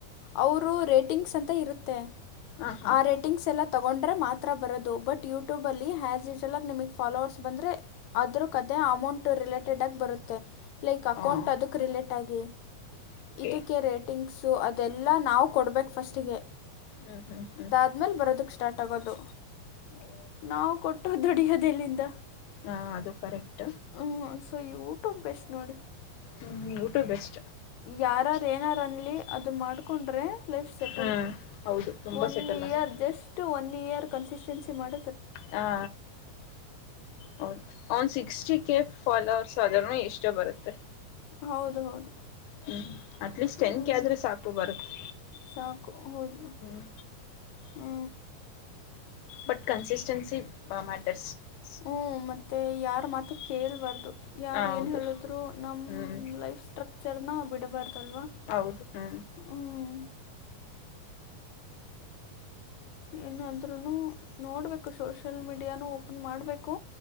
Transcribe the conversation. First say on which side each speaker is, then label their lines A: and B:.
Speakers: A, on the left; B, on the left.
A: ಅವರು ರೇಟಿಂಗ್ಸ್ ಅಂತ ಇರುತ್ತೆ
B: ಹಾಂ
A: ಆ ರೇ ಟಿಂಗ್ಸ್ ಎಲ್ಲ ತಗೊಂಡ್ರೆ ಮಾತ್ರ ಬರೋದು ಬಟ್ ಯೂಟ್ಯೂಬ ಅಲ್ಲಿ ಹ್ಯಾಸಿಷಲ್ ಆಗಿ ನಿಮಗ್ ಫಾಲೋವರ್ಸ್ ಬಂದರೆ ಆದ್ರೂ ಕದೆ ಅಮೌಂಟ್ ರಿಲೇಟೆಡ್ ಆಗ್ ಬರುತ್ತೆ. ಲೈಕ್
B: ಹಾಂ
A: ಅಕೌಂಟ್ ಅದಕ್ಕೆ ರಿಲೇಟಾಗಿ
B: ಓಕೆ
A: ಇದಕ್ಕೆ ರೇಟ್ ಟಿಂಕ್ಸು ಅದೆಲ್ಲ ನಾವು ಕೊಡ್ಬೇಕು ಫಸ್ಟಿಗೆ.
B: ಹ್ಮ್ ಹ್ಮ್ ಹ್ಮ್.
A: ಆಮೇಲ್ ಬರೋದಕ್ಕೆ ಸ್ಟಾರ್ಟ್ ಆಗೋದು.
B: ಹಓ
A: ನಾವು ಕೊಟ್ಟು ದುಡಿಯೋದೆಲ್ಲಿಂದ.
B: ಹಾಂ ಅದು ಕರೆಕ್ಟ.
A: ಹ್ಞೂ ಸೊ ಯೂಟೂಬ್ ಎಷ್ಟು ನೋಡಿ.
B: ಹ್ಮ್ ಯೂಟೂಬ್ ಎಷ್ಟ್
A: ಯಾರಾರೇನಾರನ್ಲಿ ಅದನ್ನ ಮಾಡ್ಕೊಂಡ್ರೆ ಲೈಫ್ ಸೆಟಲ್.
B: ಹ್ಮ್ ಹೌದು ತುಂಬಾ
A: ಒನ್
B: ಸೆಟಲ್
A: ಇಯರ್
B: ಆಗುತ್ತೆ
A: ಜಸ್ಟ್ ಒನ್ ಇಯರ್ ಕನ್ಸಿಸ್ಟೆನ್ಸಿ ಮಾಡ
B: ಹಾ ಹೌದು ಒನ್ ಸಿಕ್ಸ್ಟಿ ಕೆ ಫಾಲೋವರ್ಸ್ ಆದ್ರುನು ಎಷ್ಟೋ ಬರುತ್ತೆ.
A: ಹೌದು ಹೌದು.
B: ಹ್ಮ್ ಅಟ್ಲೀಸ್ಟ್
A: ಹ್ಮ್,
B: ಟೆನ್ ಕ ಆದ್ರೆ ಸಾಕು ಬರುತ್ತೆ.
A: ಸಾಕು ಹೌದು.
B: ಹ್ಮ್
A: ಹ್ಮ
B: ಬಟ್ ಟೆನ್ಸಿ ಬ ಮ್ಯಾಟರ್
A: ಹ್ಮ ಮತ್ತೆ ಯಾರ ಮಾತು ಕೇೇಳಬಾರ್ದು. ಯಾರು
B: ಹ ಹೌದು
A: ಏನು ಹೇಳಿದ್ರು ನಮ್ಮ
B: ಹ್ಮ್
A: ಲೈಫ್ ಸ್ಟ್ರಕ್ಚರ್ನ ಬಿಡಬಾರ್ದಲ್ವಾ.
B: ಹೌದು ಹ್ಮ್
A: ಹ್ಮ್ ಏನಾದ್ರುನೂ ನೋಡ್ಬೇಕು ಸೋಷಿಯಲ್ ಮೀಡಿಯಾನು ಓಪನ್ ಮಾಡಬೇಕು.